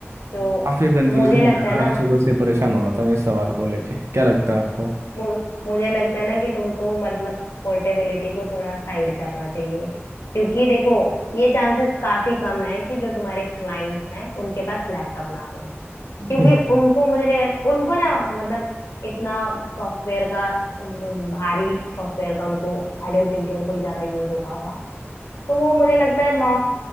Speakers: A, on the left; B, on the right.
A: तो
B: काफी कंफ्यूजिंग
A: मुझे लगता
B: है
A: है ना
B: यार सुबह से परेशान हो रहा था मैं इस सवाल को लेके क्या लगता है आपको
A: मु, मुझे लगता है ना कि तुमको मतलब पोर्टेबिलिटी को थोड़ा साइड करना चाहिए क्योंकि देखो ये चांसेस काफी कम है कि जो तुम्हारे क्लाइंट्स हैं उनके पास लैपटॉप ना हो क्योंकि
B: हम्म,
A: उनको मुझे नहीं लग- उनको ना मतलब इतना सॉफ्टवेयर का भारी सॉफ्टवेयर का उनको आई डोंट थिंक कि उनको ज्यादा यूज होता होगा तो वो मुझे लगता है नौ